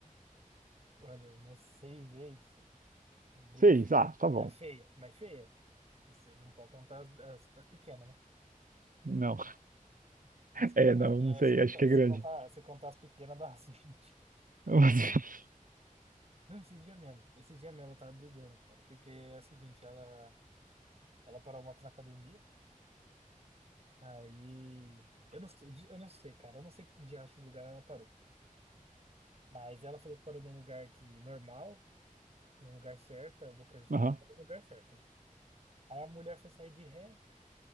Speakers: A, on the right; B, on the right.
A: Olha, umas seis vezes de briga
B: Seis.
A: feia.
B: Ah, tá bom.
A: É feia, mas feia. Você não pode contar as, as, as pequenas, né?
B: Não. <laughs>
A: Mas contar,
B: É, não,
A: as-
B: não sei.
A: as- conta-
B: Acho que é
A: se
B: grande.
A: contar, se contar as pequenas, dá <laughs> umas 20.
B: <laughs>
A: Não, esses dias mesmo. Esses dias mesmo eu tava brigando, cara. Porque é o seguinte, ela, ela parou a moto na academia. Aí. Eu não sei, eu não sei, cara. Eu não sei que diacho de lugar ela parou. Mas ela falou que parou num lugar que normal, num lugar certo. Eu vou acreditar
B: Aham.
A: que parou no lugar certo. né? Aí a mulher foi sair de ré